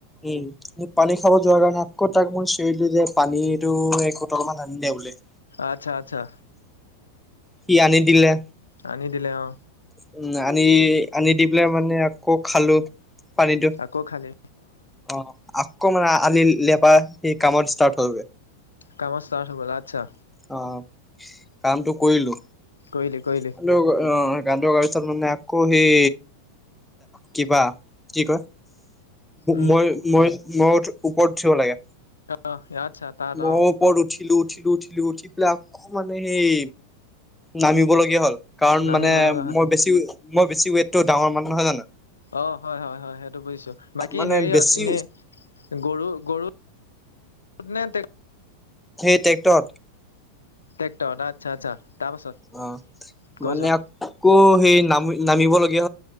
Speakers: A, in the centre; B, on the left.
A: উম, পানী খাব যোৱাৰ কাৰণে আকৌ তাক মই চিঞৰিলো যে, পানীতটো এক বটল মান আনিলে বোলে।
B: আচ্ছা, আচ্ছা।
A: সি আনি দিলে।
B: আনি দিলে অ।
A: উম' আনি আনি দি পেলাই মানে আকৌ খালো। পানীটো।
B: আকৌ খালি
A: অ' আহ অকমানে আনি লেপা সি কামত ষ্টাৰ্ট হৈ গল।
B: কামৰ ষ্টাৰ্ট হৈ গল আচ্ছা।
A: অ'কামটো কৰিলো।
B: কৰিলি কৰিলি
A: অ কামটো কৰা পিছত আকৌ হেৰি মানে আকৌ সেই কিবা কি কয়
B: উম
A: মই, মই মই ওপৰত উঠিব লাগে।
B: অ' আচ্ছা তাত
A: মই
B: অ'
A: ওপৰত উঠিলো উঠিলো, উঠিলো উঠি পেলাই মানে সেই নামিবলগীয়া হ'ল। কাৰণ
B: নামিব
A: মানে
B: লগা হয়
A: মই বেছি মই বেছি ৱেতটো ডাঙৰ মানে নহয় জানো।
B: অ' হয়, হয় হয় সেইটো বুজিছো। বাকী
A: মানে
B: হেৰিয়ত
A: বেছি
B: এনেই গৰু, গৰু নে
A: সেই ট্ৰেক্টৰত।
B: টেকটৰ আচ্ছা, আচ্ছা। তাৰপাছত
A: অ'
B: কৈ
A: মানে
B: যোৱা
A: আকৌ সেই নামি নামিব লাগে।